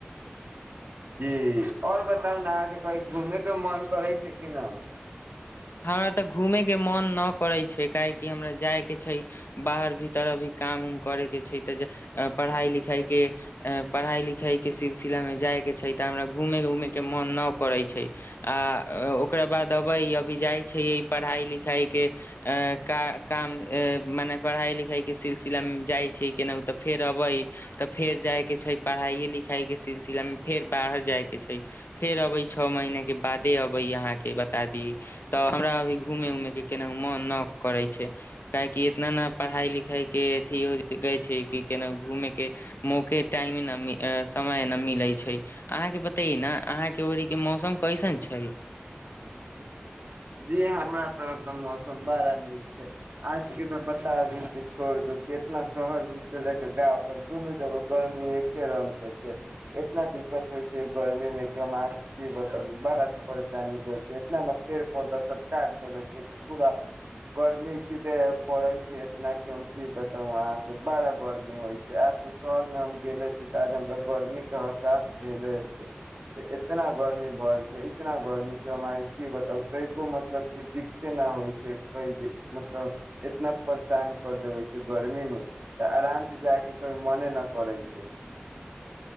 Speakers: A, on the right (about 55°); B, on the left (about 65°).
A: जी आओर बताउ ने अहाँके कही घुमेय के मन करै छै कि न
B: हमरा तऽ घूमय के मन न करै छै काहेकि हमरा जाय के छै बाहर भीतर अभी काम उम करे के छै तऽ पढ़ाई लिखाई के पढ़ाई लिखाई के सिलसिलामे जाय के छै तऽ हमरा घूमे उमे के मन न करै छै आ ओकरा बाद अबै अभी जाइ छै पढ़ाई लिखाई के काम मने पढ़ाई लिखाई के सिल सिलामे जाइ छी केनाहुँ तऽ फेर अबै तऽ फेर जाइके छै पढ़ाइए लिखाइके सिलसिलामे फेर बाहर जाय के छै फेर अबै छओ महीने के बादे अबै अहाँके बता दी तऽ हमरा अभी घूमे उमे के केना मन न करै छै काहेकि इतना ने पढ़ाई लिखाई के अथि हो गै छै कि केना घूमे के मौके टाइम समय न मिलै छै अहाँके बतय न अहाँके ओड़ी के मौसम कैसन छै
A: <inaudible> जी हमरा तरफ ते मौसम बड़ा निक छै आज के तो बता दी जे छोड़ द के इना शहर लेके गाव तक दुनू जगह गर्मी एके रंग के छै इतना दिक्कत होइ छै गर्मी मे के अहाँक की बताउ बड़ा परेशानी भेल छै इतना ने पेड़ पौधा सब काटि देेले छै पूरा गर्मी सीधे पड़ै छै इतना कि हम की बताउ अहाँके बड़ा गर्मी होइ छै शहरमे हम गेले छी तऽ आ हमरा गर्मी के एहसास भेले हेतै तऽ इतना गर्मी भऽ छै इतना गर्मी की हम अहाँके की बताउ कैको मतलब के दिक्कते न होइ छै क जे मतलब एतना परेशान कर देबै छै गर्मीमे तऽ आराम से जायके कहीं मने नहि करै छै <inaudible>